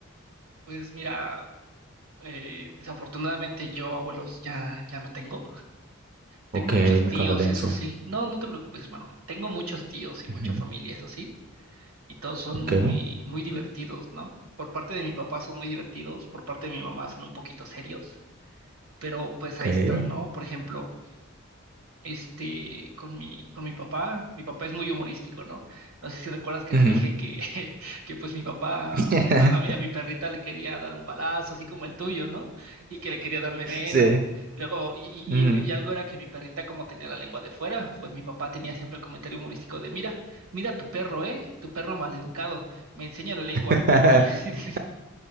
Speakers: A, on the right; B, on the right.
A: Pues mira, eh, desafortunadamente yo abuelos ya, ya no tengo. Tengo
B: Ok,
A: muchos
B: mis
A: tíos,
B: condolencias.
A: eso sí. No, no te preocupes, hermano. Tengo muchos tíos y mucha
B: Ujú,
A: familia, eso sí. Y todos son
B: Ok,
A: muy, muy divertidos, ¿no? Por parte de mi papá son muy divertidos, por parte de mi mamá son un poquito serios, pero pues
B: ok.
A: ahí están, ¿no? Por ejemplo. este, con mi, con mi papá. Mi papá es muy humorístico, ¿no? No sé si recuerdas que
B: Ujú.
A: te dije que, <laughs> que pues mi papá,
B: <laughs>
A: a, a mi, a mi perrita le quería dar un balazo, así como el tuyo, ¿no? Y que le quería dar veneno.
B: Sí.
A: Luego, y, y,
B: Ujú.
A: y- y algo era que mi perrita, como tenía la lengua de fuera, pues mi papá tenía siempre el comentario humorístico de, mira, mira tu perro, ¿eh? Tu perro maleducado, me enseña la lengua.
B: <laughs>
A: <laughs> Y así de,